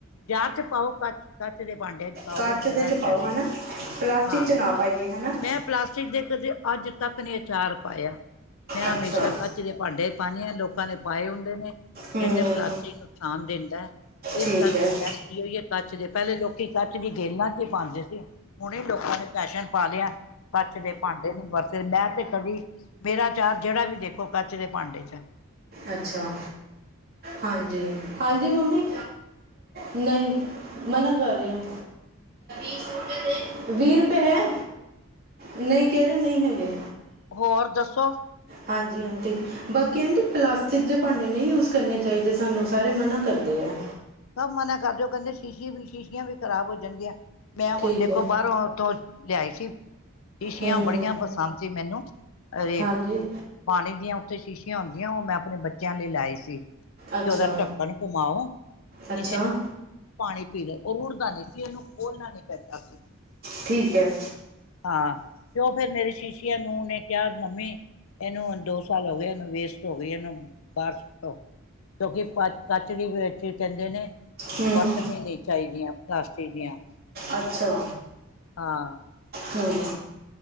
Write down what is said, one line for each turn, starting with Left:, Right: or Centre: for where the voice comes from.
Left: ਜਾਰ ਚ ਪਾਓ। ਕੱਚ, ਕੱਚ ਦੇ ਭਾਂਡੇ ਚ ਪਾਓਗੇ
Right: ਕੱਚ
Left: ਜ਼ਿਆਦਾ
Right: ਦੇ ਚ
Left: ਅੱਛਾ
Right: ਪਾਓ।
Left: ਰਹੇਗਾ
Right: ਹਨਾਂ, ਪਲਾਸਟਿਕ
Left: ਹਾਂ
Right: ਚ ਨਾ ਪਾਈਏ। ਹਨਾ
Left: ਮੈਂ ਪਲਾਸਟਿਕ ਦੇ ਕਦੇ ਅੱਜ ਤੱਕ ਨ‌ਈ ਅਚਾਰ ਪਾਇਆ, ਮੈਂ
Right: ਅੱਛਾ
Left: ਹਮੇਸ਼ਾ ਕੱਚ ਕੱਚ ਦੇ ਭਾਂਡੇ ਪਾਨੇ ਆ ਲੋਕਾਂ ਨੇ ਪਾਏ ਹੁੰਦੇ ਨੇ,
Right: ਹੂੰ
Left: ਕੇਂਦੇ ਪਲਾਸਟਿਕ ਨੁਕਸਾਨ ਦਿੰਦਾ। ਇਸ
Right: ਠੀਕ
Left: ਕਰਕੇ
Right: ਹੈ
Left: ਬੈਸਟ ਕੀ ਓਈ ਏ ਕੱਚ ਦੇ ਪਹਿਲੇ ਲੋਕੀ ਕੱਚ ਵੀ ਗੇਲਾਂ ਚ ਹੀ ਪਾਂਦੇ ਸੀ, ਹੁਨੇ ਲੋਕਾਂ ਦੇ ਫੈਸ਼ਨ ਪਾ ਲਿਆ। ਕੱਚ ਦੇ ਭਾਂਡੇ ਨੂੰ ਵਰਸੇ ਮੈਂ ਤੇ ਕਦੀ ਮੇਰਾ ਅਚਾਰ ਜਿਹੜਾ ਵੀ ਦੇਖੋ ਕੱਚ ਦੇ ਭਾਂਡੇ ਚਏ।
Right: ਅੱਛਾ, ਹਾਂਜੀ, ਹਾਂਜੀ ਮੰਮੀ। ਨ‌ਈ ਮਨਾਂ ਕਰ ਰਹੇ ਯਾ। ਹੂੰ--ਵੀ ਰੁਪਏ ਹੈ। ਨ‌ਈ ਕੇ ਰਹੇ, ਨ‌ਈ ਹੈਗੇ।
Left: ਹੋਰ ਦੱਸੋ
Right: ਹਾਂਜੀ, ਆਂਟੀ। ਬਾਕੀ ਆਂਟੀ, ਪਲਾਸਟਿਕ ਦੇ ਭਾਂਡੇ ਨ‌ਈ ਯੂਸ ਕਰਨੇ ਚਾਈਦੇ, ਸਾਨੂੰ ਸਾਰੇ ਮਨਾ ਕਰਦੇ ਐ।
Left: ਸਬ ਮਨਾ ਕਰ ਜੋ ਕੇਨਦੇ, ਸ਼ੀਸ਼ੇ ਵੀ ਸ਼ੀਸ਼ੀਆਂ ਵੀ ਖਰਾਬ ਹੋ ਜਾਂਦੀਆਂ, ਮੈਂ ਹੁਨ
Right: ਠੀਕ
Left: ਦੇਖੋ
Right: ਹੈ
Left: ਬਾਹਰੋਂ ਉੱਥੋਂ ਲਿਆਈ ਸੀ। ਸ਼ੀਸ਼ੀਆਂ
Right: ਹੂੰ
Left: ਬੜੀਆਂ ਪਸੰਦ ਸੀ, ਮੈਨੂੰ ਅਰੇ
Right: ਹਾਂਜੀ
Left: ਪਾਨੀ ਦੀਆਂ ਉੱਥੇ ਸ਼ੀਸ਼ੀਆਂ ਹੁੰਦੀਆਂ, ਓ ਮੈਂ ਆਪਨੇ ਬੱਚੇਆਂ ਲਈ ਲੈਆਈ ਸੀ।
Right: ਅੱਛਾ
Left: ਕਿ ਓਦਾ ਢੱਕਨ ਘੂ ਮਾਓ
Right: ਅੱਛਾ
Left: ਤੇ ਪਾਣੀ ਪੀਲੋ, ਓ ਰੁੜਦਾ ਨਹੀਂ ਸੀ। ਇਹਨੂੰ ਖੋਲਨਾ ਨਹੀਂ ਪੈਂਦਾ ਸੀ।
Right: ਠੀਕ ਹੈ
Left: ਹਾਂ, ਤੇ ਉਹ ਫੇਰ ਮੇਰੇ ਸ਼ੀਸ਼ਿਆਂ ਨੂੰ ਉਨੇ ਕਿਹਾ- ਮੰਮੀ ਏਨੂੰ ਹੁਨ ਦੋ ਸਾਲ ਹੋ ਗਏ, ਏਹਨੂੰ ਵੇਸਟ ਹੋ ਗਈ, ਏਹਨੂੰ ਬਾਹਰ ਸੁੱਟੋ ਕਿਉਂਕਿ ਪਚ ਕੱਚ ਦੀ ਵਰੇਟੀ ਕਹਿੰਦੇ ਨੇ,
Right: ਹੂੰ
Left: ਵਰਤਨੀ ਨਹੀਂ। ਚ‌ਈਦੀਆਂ ਪਲਾਸਟਿਕ ਦੀਆਂ
Right: ਅੱਛਾ,
Left: ਹਾਂ
Right: ਹੂੰ